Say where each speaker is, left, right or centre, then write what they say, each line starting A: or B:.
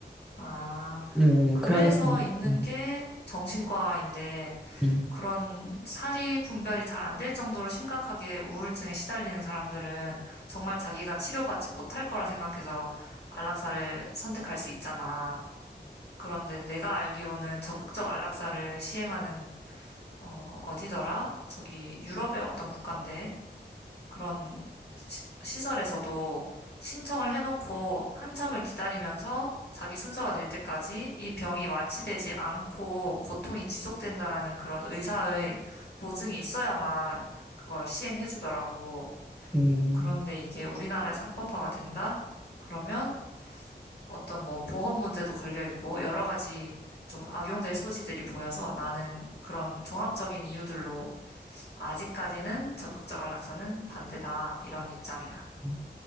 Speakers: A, on the left; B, in the centre.
A: 아,
B: 음, 음,
A: 그래서
B: 음, 그러니까.
A: 있는
B: 음,
A: 게 정신과인데
B: 음,
A: 그런 사리 분별이 잘 안 될 정도로 심각하게 우울증에 시달리는 사람들은 정말 자기가 치료받지 못할 거라 생각해서 안락사를 선택할 수 있잖아. 그런데 내가 알기로는 적극적 안락사를 시행하는 어, 어디더라? 저기 유럽의 어떤 국가인데 그런 시, 시설에서도 신청을 해놓고 한참을 기다리면서 자기 순서가 될 때까지 이 병이 완치되지 않고 고통이 지속된다라는 그런 의사의 보증이 있어야만 그걸 시행해 주더라고.
B: 음.
A: 그런데 이게 우리나라에서 합법화가 된다? 그러면 어떤 뭐 보험 문제도 걸려 있고 여러 가지 좀 악용될 소지들이 보여서 나는 그런 종합적인 이유들로 아직까지는 적극적 안락사는 반대다 이런 입장이야.
B: 음.